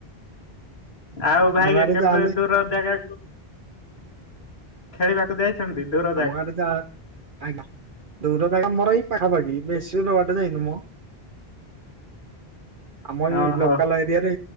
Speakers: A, on the left; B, on the right.
A: ଆଉ
B: ଆମ
A: ଭାଇ
B: ଗାଁରେ
A: କେବେ
B: ଯାହାହେଲେ
A: ଦୂର ଜାଗା ଖେଳିବାକୁ ଯାଇ ଦୂର <unintelligible>
B: ଆମ ଗାଟେ ଯା ଆଜ୍ଞା ଦୂର ଯା ମୋର ଏଇ ପାଖାପାଖି ବେଶୀ ଦୂର ବାଟ ଯାଇନୁ ମ
A: <inaudible>
B: ଆମ
A: ଓହୋ
B: ଏଇ ଲୋକାଲ ଏରିଆରେ